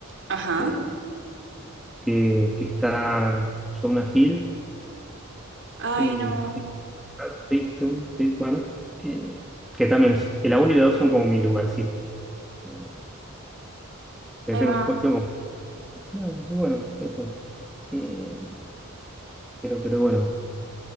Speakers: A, on the right (about 55°); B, in the centre.
A: Ajá.
B: eh, que, que está Jonah Hill,
A: Ay,
B: eh,
A: no,
B: Tatum, Tatum, bueno, eh, que también es- la 1 y la 2 son como mi lugarcito. Eh, que
A: ahí
B: tengo,
A: va.
B: tengo- no, y bueno, eso. Eh, pero, pero bueno,